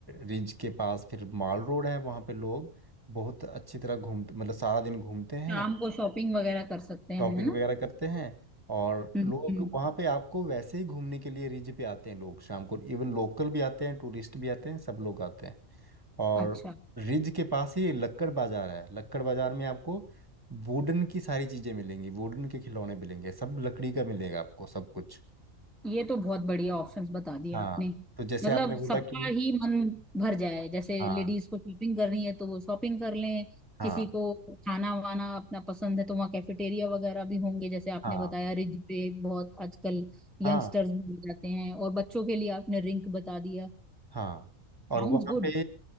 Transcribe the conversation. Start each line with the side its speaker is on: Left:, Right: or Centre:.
Right: रिज के पास फिर माल रोड है वहाँ पे लोग बहुत अच्छी तरह घूम मतलब सारा दिन घूमते हैं
Centre: शाम को शॉपिंग वगैरह कर सकते हैं
Right: शॉपिंग
Centre: है ना
Right: वगैरह करते हैं और
Centre: हम्म,
Right: लोग
Centre: हम्म।
Right: वहाँ पे आपको वैसे ही घूमने के लिए रिज पे आते हैं लोग शाम को इवन लोकल भी आते हैं टूरिस्ट भी आते हैं सब लोग आते हैं और
Centre: अच्छा
Right: रिज के पास ही लक्कड़ बाजार है लक्कड़ बाजार में आपको वुडन की सारी चीज़ें मिलेंगी वुडन के खिलौने मिलेंगे सब लकड़ी का मिलेगा आपको सब कुछ
Centre: ये तो बहुत बढ़िया ऑप्शंस बता दिए
Right: हाँ
Centre: आपने
Right: तो जैसे
Centre: मतलब
Right: आपने बोला
Centre: सबका
Right: कि
Centre: ही मन भर जाए जैसे
Right: हाँ
Centre: लेडीज को शॉपिंग करनी है तो वो शॉपिंग कर लें
Right: हाँ
Centre: किसी को खाना वाना अपना पसंद है तो वहाँ कैफेटेरिया वगैरह भी होंगे जैसे आपने
Right: हाँ
Centre: बताया रिज पे बहुत आजकल
Right: हाँ
Centre: यंगस्टर्स भी मिल जाते हैं और बच्चों के लिए आपने रिंक बता दिया
Right: हाँ और
Centre: Sounds
Right: वहाँ
Centre: good
Right: पे